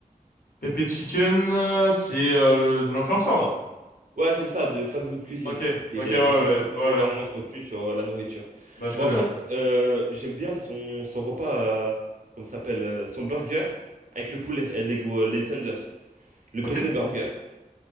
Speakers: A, on the left; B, on the right.
A: Pepe Chicken, euh, c'est euh, le- de l'influenceur là.
B: Ouais, c'est ça, de Fast Good Cuisine,
A: Ok,
B: qui,
A: ok,
B: est-
A: ouais, ouais,
B: euh, qui propose
A: ouais,
B: énormément
A: ouais.
B: de contenu sur euh, la nourriture.
A: Bah je
B: Bah,
A: connais,
B: en fait,
A: ouais.
B: euh, j'aime bien son, son repas, euh, comment ça s'appelle, euh, son burger avec le poulet et les, gros- les tenders, le
A: Ok.
B: Pépé Burger.